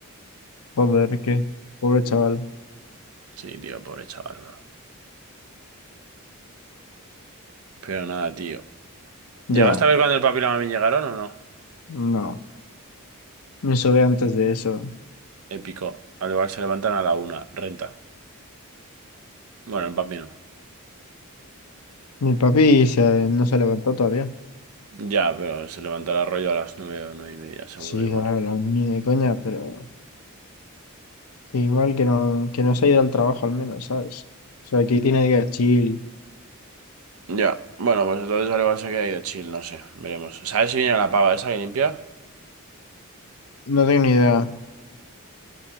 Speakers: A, on the left; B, on the right.
A: Joder, qué pobre chaval.
B: Sí, tío, pobre chaval, bro. Pero nada, tío. ¿Llegaste
A: Ya,
B: a ver cuando el papi y la mami llegaron o no?
A: no. Me sobe antes de eso.
B: Épico. Al igual se levantan a la una, renta. Bueno, el papi no.
A: Mi papi se, no se levantó todavía.
B: Ya, pero se levantará rollo a las nueve o nueve y media, seguro
A: Sí,
B: igual.
A: claro, no, ni de coña, pero que igual que no, que no se ha ido al trabajo al menos, ¿sabes? O sea, que tiene día chill.
B: Ya, bueno, pues entonces al igual se queda ahí de chill, no sé, veremos. ¿Sabes si viene la pava esa que limpia?
A: No tengo ni idea.